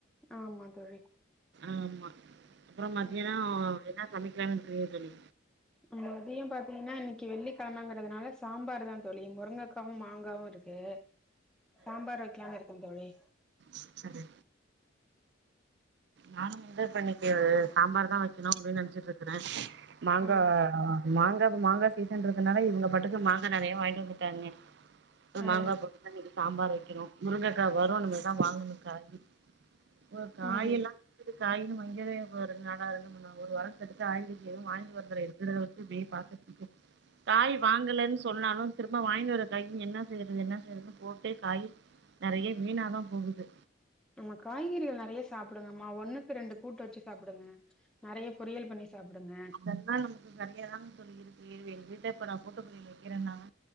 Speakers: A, in the centre; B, on the right.
A: ஆமா தோழி
B: ஆமா அப்றோ மத்தியானோ
A: ம்
B: என்ன சமைக்கலான்னு இருக்றீங்க தோழி
A: மதியோ பாத்தீங்கனா இன்னிக்கு வெள்ளிக் கெழமங்குறதுனால சாம்பார் தா தோழி முருங்கக்காவு மாங்காவு இருக்கு சாம்பார் வெக்கலானு இருக்க தோழி
B: ச் சரி நானு வந்து இப்ப இன்னிக்கு சாம்பார் தா வெக்கணு அப்டின்னு நெனச்சிட்டு இருக்குறே மாங்கா
A: ஆ
B: மாங்கா கு மாங்கா சீசன் ரதுனால இவங்க பாட்டுக்கு மாங்கா நறைய வாங்கி வந்துட்டாங்க
A: ஆ
B: மாங்கா போட்டு தா இன்னிக்கு சாம்பார் வைக்கணு முருங்கக்கா வரு இனிமேதா வாங்கணு காய் ஒரு காயெல்லா
A: ம்
B: காயின்னு <unintelligible> நாளா இருக்கனோ ஒரு வரோ அடுத்து காய்கறி எதுவு வாங்கிட்டு வர்தல இருக்குறது வச்சு இப்டீ பாத்துட்டுருக்கே காய் வாங்கலனு சொன்னாலு திரும்ப வாங்கினு வர டைம் என்ன செய்யறது என்ன செய்யறதுன்னு போட்டு காய் நறைய வீணாதா போகுது
A: நம்ம காய்கறிகள் நறைய சாப்டுங்க மா ஒண்ணுக்கு ரெண்டு கூட்டு வெச்சு சாப்டுங்க நறைய பொரியல் பண்ணி சாப்டுங்க
B: அது எல்லா நமக்கு கரியாதா தோழி இருக்கு எங்க வீட்ல இப்பனா கூட்டுப்பொறியல் வெக்கிறேன்தாங்க